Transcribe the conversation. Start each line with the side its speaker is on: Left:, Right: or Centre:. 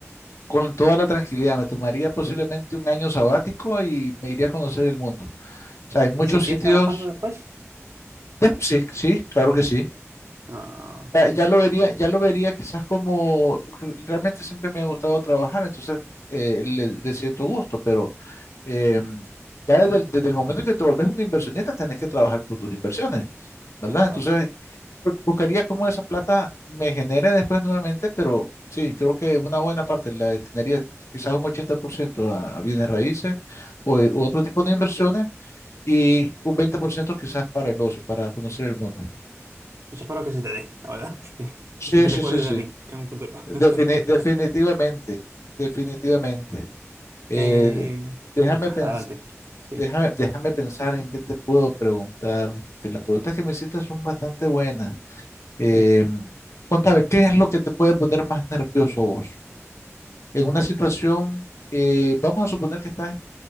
Left: con toda la tranquilidad. Me tomaría posiblemente un año sabático y me iría a conocer el mundo. O sea, hay muchos
Right: ¿Y seguirías
Left: sitios.
Right: trabajando después?
Left: de- Sí, sí, claro que sí.
Right: Ah,
Left: Ya, ya lo vería, ya lo vería quizás como, porque realmente siempre me ha gustado trabajar, entonces eh, le, le siento gusto, pero eh, ya desde el, desde el momento en que te volvés un inversionista, tenés que trabajar por tus inversiones, ¿verdad?
Right: ya, claro.
Left: Entonces, bu- buscaría cómo esa plata me genere después nuevamente, pero sí, creo que una buena parte la destinaría quizás un 80% a, a bienes raíces o e- u otro tipo de inversiones y un 20% quizás para el ocio, para conocer el mundo.
Right: Pues espero que se te dé, la verdad. <laughs>
Left: Sí,
Right: Y que
Left: sí,
Right: te acuerdes
Left: sí, sí.
Right: de mí en un futuro.
Left: Defini-
Right: <laughs>
Left: definitivamente, definitivamente. Eh,
Right: Eh,
Left: de- déjame
Right: venga,
Left: pens-
Right: adelante. Sí.
Left: déjame, déjame pensar
Right: <laughs>
Left: en qué te puedo preguntar, que las preguntas que me hiciste son bastante buenas. Eh,
Right: Sí.
Left: contame, ¿qué es lo que te puede poner más nervioso vos? En una situación, eh, vamos a suponer que estás